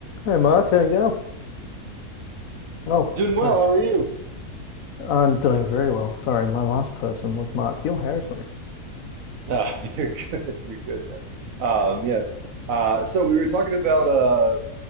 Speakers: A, on the left; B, on the right.
A: Hey Mark, how you go? Oh,
B: Doing
A: sorry.
B: well. How are you?
A: I'm doing very well. Sorry, my last person was Mark Gill Harrison.
B: No, <laughs> you're good. You're good, man. Um, yes. Uh, so we were talking about uh,